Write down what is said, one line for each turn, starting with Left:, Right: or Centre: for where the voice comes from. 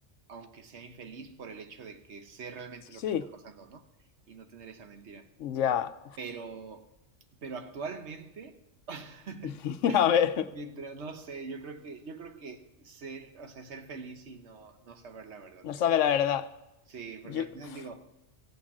Right: aunque sea infeliz por el hecho de que sé realmente
Left: Sí,
Right: lo que está pasando, ¿no? Y no tener esa mentira.
Left: ya.
Right: Pero, pero actualmente, <laughs>
Left: <laughs> A ver,
Right: mientras, no sé, yo creo que, yo creo que ser, o sea, ser feliz y no, no saber la verdad,
Left: no
Right: porque
Left: sabe
Right: al
Left: la
Right: final-
Left: verdad.
Right: sí, porque
Left: Yo,
Right: al final
Left: uf,
Right: digo,